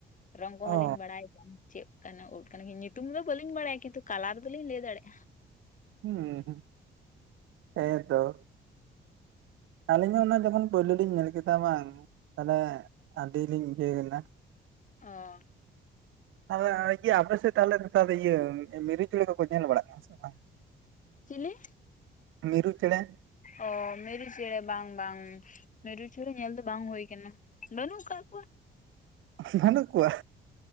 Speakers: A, on the left; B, on the right.
A: ᱨᱚᱝ ᱠᱚᱦᱚᱸ
B: ᱚ
A: ᱞᱤᱧ ᱵᱟᱲᱟᱭ ᱪᱮᱫ ᱠᱟᱱᱟ ᱩᱴ ᱠᱟᱱᱟ ᱧᱩᱛᱩᱢ ᱫᱚ ᱵᱟᱹᱞᱤᱧ ᱵᱟᱲᱟᱭᱟ ᱠᱤᱱᱛᱩ ᱠᱟᱞᱟᱨ ᱫᱚᱞᱤᱧ ᱞᱟᱹᱭ ᱫᱟᱲᱮᱭᱟᱜᱼᱟ
B: ᱦᱩᱸ ᱦᱩᱸ ᱦᱮᱸᱫᱚ ᱟᱹᱞᱤᱧ ᱦᱚᱸ ᱚᱱᱟ ᱡᱚᱠᱷᱚᱱ ᱯᱳᱭᱞᱳ ᱞᱤᱧ ᱧᱮᱞ ᱠᱮᱫᱟ ᱵᱟᱝ ᱛᱟᱦᱚᱞᱮ ᱟᱹᱰᱤ ᱞᱤᱧ ᱤᱭᱟᱭᱱᱟ
A: ᱚ
B: ᱦᱳᱭ ᱟᱨ ᱤᱭᱟᱹ ᱟᱯᱮᱥᱮᱫ ᱛᱟᱦᱚᱞᱮ ᱱᱮᱛᱟᱨ ᱤᱭᱟᱹ ᱢᱤᱨᱩ ᱪᱮᱬᱮ ᱠᱚᱠᱚ ᱧᱮᱞ ᱵᱟᱲᱟᱜ ᱠᱟᱱᱟ ᱥᱮ ᱵᱟᱝ?
A: ᱪᱮᱞᱮ?
B: ᱢᱤᱨᱩ ᱪᱮᱬᱮ᱾
A: ᱚ ᱢᱤᱨᱩ ᱪᱮᱬᱮ ᱵᱟᱝ ᱵᱟᱝ, ᱢᱤᱨᱩ ᱪᱮᱬᱮ ᱧᱮᱞ ᱫᱚ ᱵᱟᱝ ᱦᱩᱭ ᱠᱟᱱᱟ᱾ ᱵᱟᱹᱱᱩᱜ ᱠᱟᱜ ᱠᱚᱣᱟ᱾
B: ᱵᱟᱱᱩᱜ ᱠᱚᱣᱟ?